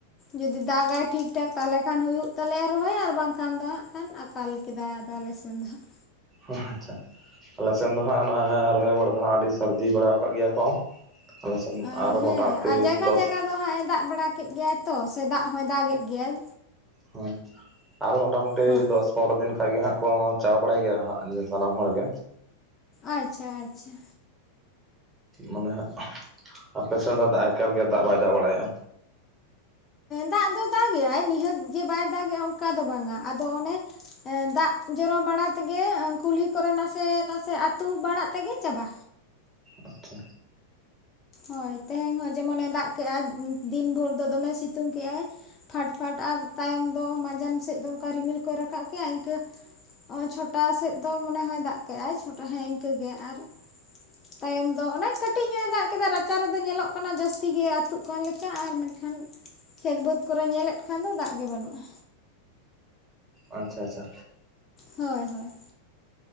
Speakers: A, on the left; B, on the right.
A: ᱡᱩᱫᱤ ᱫᱟᱜᱟᱭ ᱴᱷᱤᱠ ᱴᱷᱟᱠ ᱛᱟᱦᱚᱞᱮ ᱠᱷᱟᱱ ᱦᱩᱭᱩᱜ ᱛᱟᱞᱮᱭᱟ ᱨᱚᱦᱚᱭ ᱟᱨ ᱵᱟᱝᱠᱷᱟᱱ ᱫᱚ ᱦᱟᱸᱜ ᱠᱷᱟᱱ ᱟᱜ ᱛᱟᱞ ᱠᱮᱫᱟᱭ ᱟᱫᱚ ᱟᱞᱮ ᱥᱮᱱ ᱫᱚ ᱦᱟᱸᱜ᱾
B: ᱚ ᱟᱪᱪᱷᱟ, ᱟᱞᱮ ᱥᱮᱱ ᱫᱚ ᱦᱟᱸᱜ ᱚᱱᱟ ᱨᱚᱦᱚᱭ ᱵᱟᱲᱟ ᱫᱚ ᱦᱟᱸᱜ ᱟᱹᱰᱤ ᱥᱟᱨᱫᱤ ᱵᱟᱲᱟᱣ ᱟᱠᱟᱫ ᱜᱮᱭᱟ ᱠᱚ᱾ ᱟᱞᱮ ᱥᱮᱱ
A: ᱟ
B: ᱟᱨ
A: ᱦᱮᱸ
B: ᱢᱚᱴᱟᱢᱩᱴᱤ
A: ᱟᱨ ᱡᱟᱭᱜᱟ
B: ᱫᱚᱥ
A: ᱡᱟᱭᱜᱟ ᱫᱚ ᱦᱟᱸᱜ-ᱮ ᱫᱟᱜ ᱵᱟᱲᱟ ᱠᱮᱫ ᱜᱮᱭᱟᱭ ᱛᱚ ᱥᱮ ᱫᱟᱜ ᱦᱚᱸᱭ ᱫᱟᱜᱮᱫ ᱜᱮᱭᱟᱭ᱾
B: ᱦᱳᱭ ᱟᱨ ᱢᱚᱴᱟᱢᱩᱴᱤ
A: ᱦᱳᱭ
B: ᱫᱚᱥ ᱯᱚᱱᱨᱚ ᱫᱤᱱ ᱠᱷᱟᱡ ᱜᱮ ᱦᱟᱸᱜ ᱠᱚ ᱪᱟᱵᱟ ᱵᱟᱲᱟᱭ ᱜᱮᱭᱟ ᱦᱟᱸᱜ ᱥᱟᱱᱟᱢ ᱦᱚᱲ ᱜᱮ᱾
A: ᱟᱪᱪᱷᱟ ᱟᱪᱪᱷᱟ᱾
B: ᱢᱟᱱᱮ ᱦᱟᱸᱜ ᱟᱯᱮ ᱥᱮᱱ ᱫᱚ ᱫᱟᱜ ᱮᱠᱟᱞᱜᱮ ᱫᱟᱜ ᱵᱟᱭ ᱫᱟᱜ ᱵᱟᱲᱟᱭᱮᱜᱼᱟ᱾
A: ᱫᱟᱜ ᱫᱚ ᱫᱟᱜᱮ-ᱟᱭ ᱱᱤᱦᱟᱹᱛ ᱜᱮ ᱵᱟᱭ ᱫᱟᱜᱮᱼᱟ ᱚᱱᱠᱟ ᱫᱚ ᱵᱟᱝᱟ, ᱟᱫᱚ ᱚᱱᱮ ᱮᱸ ᱫᱟᱜ ᱡᱚᱨᱚ ᱵᱟᱲᱟ ᱛᱮᱜᱮ ᱮᱸ ᱠᱩᱞᱦᱤ ᱠᱚᱨᱮ ᱱᱟᱥᱮ ᱱᱟᱥᱮ ᱟᱹᱛᱩ ᱵᱟᱲᱟᱜ ᱛᱮᱜᱮ ᱪᱟᱵᱟ᱾
B: ᱟᱪᱪᱷᱟ᱾
A: ᱦᱳᱭ ᱛᱮᱦᱮᱧ ᱦᱚᱸ ᱡᱮᱢᱚᱱᱮ ᱫᱟᱜ ᱠᱮᱜ-ᱟᱭ ᱫᱤᱱ ᱵᱷᱳᱨ ᱫᱚ ᱫᱚᱢᱮ ᱥᱤᱛᱩᱝ ᱠᱮᱜ-ᱟᱭ᱾ ᱯᱷᱟᱴ ᱯᱷᱟᱴ ᱟᱨ ᱛᱟᱭᱚᱢ ᱫᱚ ᱢᱟᱸᱡᱟᱱ ᱥᱮᱫ ᱫᱚ ᱚᱱᱠᱟ ᱨᱤᱢᱤᱞ ᱠᱚᱭ ᱨᱟᱠᱟᱵ ᱠᱮᱜᱼᱟ ᱤᱱᱠᱟᱹ ᱚᱸ ᱪᱷᱚᱴᱟ ᱥᱮᱫ ᱫᱚ ᱢᱚᱱᱮ ᱦᱚᱭ ᱫᱟᱜ ᱠᱮᱜ-ᱟᱭ ᱪᱷᱚᱴᱟ ᱦᱮᱸ ᱤᱱᱠᱟᱹ ᱜᱮ ᱟᱨ ᱛᱟᱭᱚᱢ ᱫᱚ ᱚᱱᱮ ᱠᱟᱹᱴᱤᱡ ᱧᱚᱜ-ᱮ ᱫᱟᱜ ᱠᱮᱫᱟ ᱨᱟᱪᱟ ᱨᱮᱫᱚ ᱧᱮᱞᱚᱜ ᱠᱟᱱᱟ ᱡᱟᱹᱥᱛᱤ ᱜᱮ ᱟᱹᱛᱩᱜ ᱠᱟᱱ ᱞᱮᱠᱟ ᱟᱨ ᱢᱮᱱᱠᱷᱟᱱ ᱠᱷᱮᱛ ᱵᱟᱹᱫᱽ ᱠᱚᱨᱮ ᱧᱮᱞᱮᱫ ᱠᱷᱟᱱ ᱫᱚ ᱫᱟᱜ ᱜᱮ ᱵᱟᱹᱱᱩᱜ-ᱟ᱾
B: ᱟᱪᱪᱷᱟ ᱟᱪᱪᱷᱟ᱾
A: ᱦᱳᱭ ᱦᱳᱭ᱾